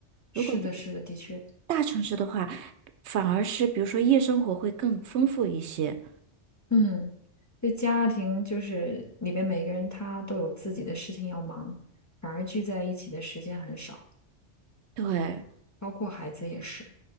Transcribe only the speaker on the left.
是的，
是的，的确，
嗯，这家庭就是里边每个人他都有自己的事情要忙，反而聚在一起的时间很少，
包括孩子也是。